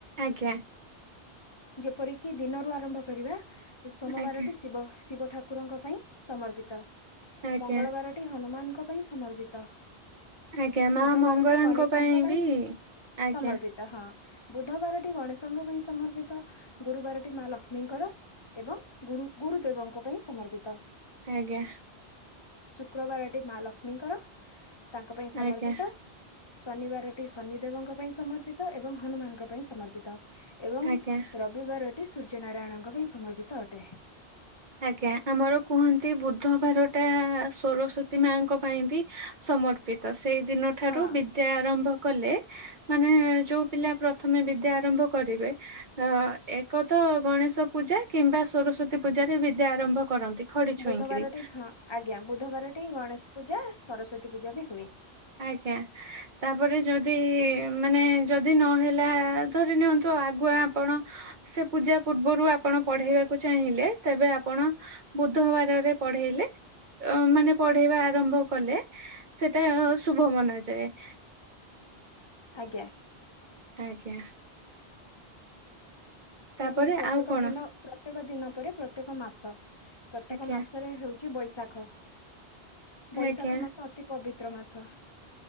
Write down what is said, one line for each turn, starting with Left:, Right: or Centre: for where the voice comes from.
Right: ଆଜ୍ଞା।
Left: ଯେପରିକି ଦିନରୁ ଆରମ୍ଭ କରିବା। ସୋମବାରଟି
Right: ଆଜ୍ଞା
Left: ଶିବ ଶିବ ଠାକୁରଙ୍କ ପାଇଁ ସମର୍ପିତ।
Right: ଆଜ୍ଞା
Left: ମଙ୍ଗଳବାର ଟି ହନୁମାନଙ୍କ ପାଇଁ ସମର୍ପିତ।
Right: ଆଜ୍ଞା ମା
Left: ବୁଧବାରଟି
Right: ମଙ୍ଗଳାଙ୍କ
Left: ଗଣେଶଙ୍କ ପାଇଁ
Right: ବି ଆଜ୍ଞା
Left: ସମର୍ପି ଏ ହଁ ବୁଧବାରଟି ଗଣେଶଙ୍କ ପାଇଁ ସମର୍ପିତ ଗୁରୁବାରଟି ମା ଲକ୍ଷ୍ମୀଙ୍କର ଏବଂ ଗୁରୁ ଗୁରୁ ଦେବଙ୍କ ପାଇଁ ସମର୍ପିତ।
Right: ଆଜ୍ଞା।
Left: ଶୁକ୍ରବାରଟି ମା ଲକ୍ଷ୍ମୀଙ୍କର ତାଙ୍କ ପାଇଁ ସମର୍ପିତ।
Right: ଆଜ୍ଞା
Left: ଶନିବାରଟି ଶନି ଦେବଙ୍କ ପାଇଁ ସମର୍ପିତ ଏବଂ ହନୁମାନଙ୍କ ପାଇଁ ସମର୍ପିତ। ଏବଂ
Right: ଆଜ୍ଞା
Left: ରବିବାରଟି ସୂର୍ଯ୍ୟ ନାରାୟଣଙ୍କ ପାଇଁ ସମର୍ପିତ ଅଟେ।
Right: ଆଜ୍ଞା ଆମର କୁହନ୍ତି ବୁଧବାରଟା ସରସ୍ଵତୀ ମାଙ୍କ ପାଇଁ ବି ସମର୍ପିତ ସେଇ ଦିନ ଠାରୁ
Left: ହଁ।
Right: ବି ଦ୍ୟା ଆରମ୍ଭ କଲେ ମାନେ ଯୋଉ ପିଲା ପ୍ରଥମେ ବିଦ୍ୟା ଆରମ୍ଭ କରିବେ ଅଁ ଏକ ତ ଗଣେଶ ପୂଜା କିମ୍ବା ସରସ୍ଵତୀ ପୂଜାରେ ବିଦ୍ୟା ଆରମ୍ଭ କରନ୍ତି। ଖଡି
Left: ବୁଧବାରଟି
Right: ଛୁଇଁକିରି
Left: ହଁ ଆଜ୍ଞା ବୁଧବାରଟି ଗଣେଶ ପୂଜା ସରସ୍ଵତୀ ପୂଜା ବି ହୁଏ।
Right: ଆଜ୍ଞା। ତାପରେ ଯଦି ମାନେ ଯଦି ନହେଲା ଧରି ନିଅନ୍ତୁ ଆଗୁଆ ଆପଣ ସେ ପୂଜା ପୂର୍ବରୁ ଆପଣ ପଢେଇବାକୁ ଚାହିଁଲେ ତେବେ ଆପଣ ବୁଧବାରରେ ପଢେଇଲେ ଅ ମାନେ ପଢେଇବା ଆରମ୍ଭ କଲେ ସେଟା ଶୁଭ ମନାଯାଏ।
Left: ଆଜ୍ଞା।
Right: ଆଜ୍ଞା।
Left: ସେହିପରି
Right: ତାପରେ
Left: ପ୍ରତ୍ୟେକ
Right: ଆଉ କଣ
Left: ଦିନ ପ୍ରତ୍ୟେକ ଦିନ ପରେ ପ୍ରତ୍ୟେକ ମାସ ପ୍ରତ୍ୟେକ
Right: ଆଜ୍ଞା
Left: ମାସରେ ହେଉ ଚି ବୈଶାଖ ବୈଶାଖ
Right: ଆଜ୍ଞା
Left: ମାସ ଅତି ପବିତ୍ର ମାସ।